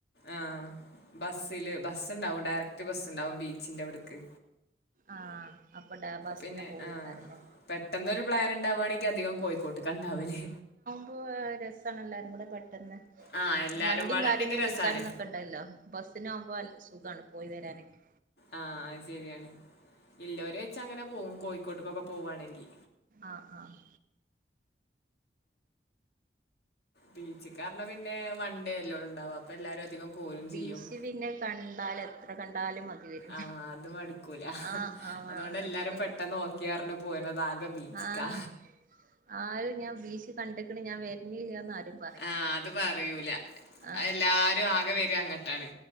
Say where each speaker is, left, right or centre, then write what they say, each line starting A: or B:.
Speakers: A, on the left (about 65°); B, on the right (about 50°).
A: ആഹ് ബസ്സില് ബസ്സ്ണ്ടാവും ഡയറക്ട് ബസ്സ്ണ്ടാവും ബീച്ചിന്റെ അവ്ട്ക്ക്
B: ആഹ് അപ്പൊ ഡാ ബസ്സിന്
A: പിന്നെ
B: പോവേക്കാരം
A: ആ.
B: ലെ
A: പെട്ടെന്നൊരു പ്ലാൻ ണ്ടാവാണെങ്കി അധികം കോഴിക്കോട്ട്ക്കാ ണ്ടാവല്
B: ഇപ്പോ രസാണ് എല്ലാരും കൂടെ പ തന്നെ
A: ആ, എല്ലാരും
B: വണ്ടിം
A: പാടെ
B: കാര്യോന്നും
A: ഉണ്ടെങ്കി രസാണ്.
B: വിളിക്കാനും നിക്കണ്ടല്ലോ ബസ്സിനാകുമ്പോ അ സുഖാണ് പോയി വരാനൊക്കെ
A: ആഹ് അത് ശരിയാണ് ഇല്ലോരെ വെച്ചങ്ങനെ പോകും കോഴിക്കോട്ട്ക്കൊക്കെ പോവാണെങ്കി
B: ആഹ് ആഹ്
A: ബീച്ച്ക്കാറഞ്ഞ പിന്നേ വണ്ടേ അല്ലെ ഒള്ളു ണ്ടാവാ അപ്പൊ എല്ലാരും അധികം പോരും
B: ബീച്ച്
A: ചെയ്യും.
B: പിന്നെ കണ്ടാൽ എത്ര കണ്ടാലും മതി വരൂല
A: ആഹ് അത് മടുക്കൂല
B: ആഹ് ആഹ്
A: അതോണ്ട്
B: മടുക്കൂല
A: എല്ലാരും പെട്ടെന്ന് ഓ ക്കെറഞ് പോര്ണത് ആകെ ബീച്ച്ക്കാ
B: ആഹ് ആരും ഞാൻ ബീച്ച് കണ്ട്ക്ക്ണ് ഞാൻ വര്നില്ല്യന്നാരും
A: ആഹ് അത് പറയൂല
B: ആഹ്
A: അ എല്ലാരും ആകെ വര അങ്ങട്ടാണ്